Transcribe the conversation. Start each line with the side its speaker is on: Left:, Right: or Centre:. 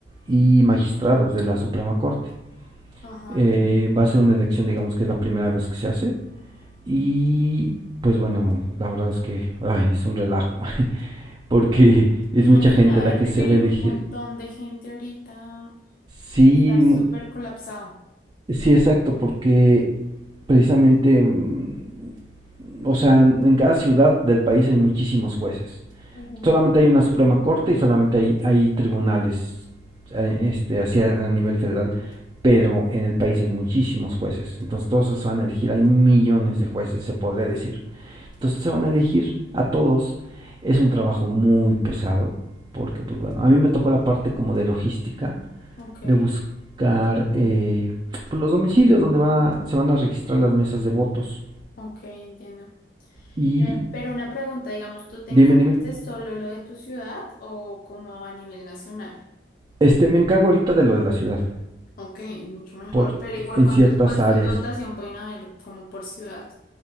Right: y magistrados de la Suprema Corte.
Left: ajá.
Right: Eh, va a ser una elección, digamos que es la primera vez que se hace Y pues bueno, la verdad es que ay, es un relajo, <laughs> porque es
Left: Me imagino,
Right: mucha gente
Left: deben
Right: la que
Left: requerir
Right: se va a elegir.
Left: un montón de gente ahorita.
Right: Sí,
Left: De estar súper
Right: mu-
Left: colapsado.
Right: sí, exacto, porque precisamente, mm, o sea, en en cada ciudad del país hay muchísimos jueces.
Left: Ujú.
Right: Solamente hay una Suprema Corte y solamente hay, hay tribunales eh,
Left: Mm,
Right: este, así a a nivel federal, pero en el país hay muchísimos jueces. Entonces todos esos van a elegir, hay millones de jueces, se podría decir. Entonces se van a elegir a todos. Es un trabajo muy pesado, porque pues bueno, a mí me tocó la parte como de logística,
Left: Ok,
Right: de buscar eh, pues, los domicilios donde van a- se van a registrar las mesas de votos.
Left: ok, entiendo.
Right: Y
Left: Eh, Pero una pregunta, digamos, ¿tú te
Right: dime,
Left: encargas
Right: dime.
Left: de solo lo de tu ciudad o como a nivel nacional?
Right: Este, me encargo ahorita de lo de la ciudad,
Left: Ok, mucho mejor.
Right: por,
Left: Pero igual,
Right: en
Left: ¿cuántos
Right: ciertas
Left: puestos
Right: áreas.
Left: de votación pueden haber como por ciudad?